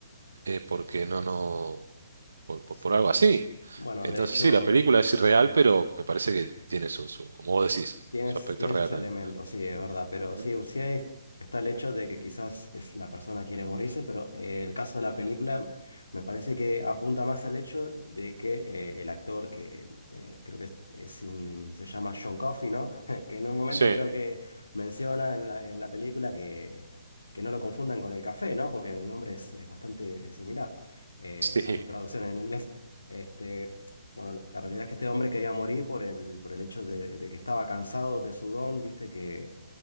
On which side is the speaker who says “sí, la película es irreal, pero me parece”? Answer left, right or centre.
Right